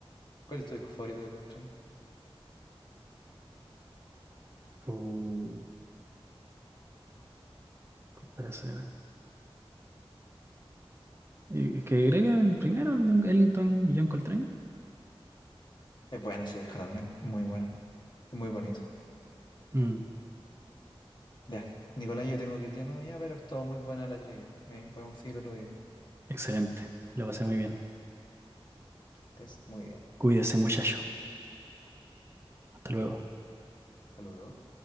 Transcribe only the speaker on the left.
¿Cuál es tu disco favorito de Coltrane?
Es bueno ese disco también, muy bueno. Es muy bonito.
Ya, Nicolás, yo tengo que ir yéndome ya, pero es todo muy buena la trivia. ¿eh? Podemos seguir otro día.
Que estés muy bien.
Hasta luego.